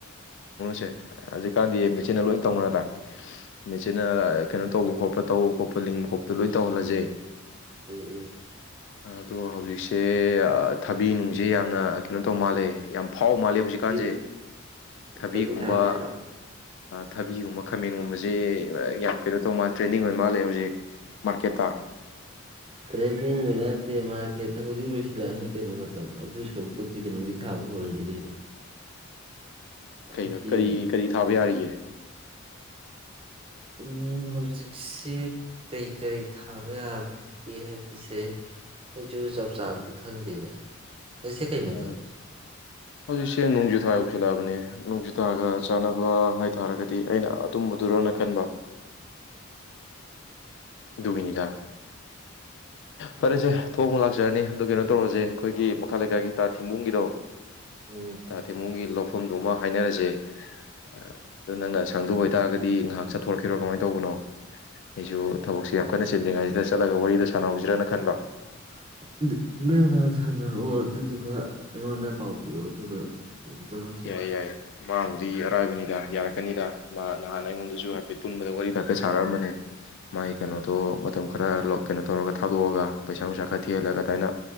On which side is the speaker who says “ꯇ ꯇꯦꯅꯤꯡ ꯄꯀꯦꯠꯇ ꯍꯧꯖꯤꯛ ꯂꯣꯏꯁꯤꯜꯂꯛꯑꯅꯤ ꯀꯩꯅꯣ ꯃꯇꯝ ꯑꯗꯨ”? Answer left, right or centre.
Right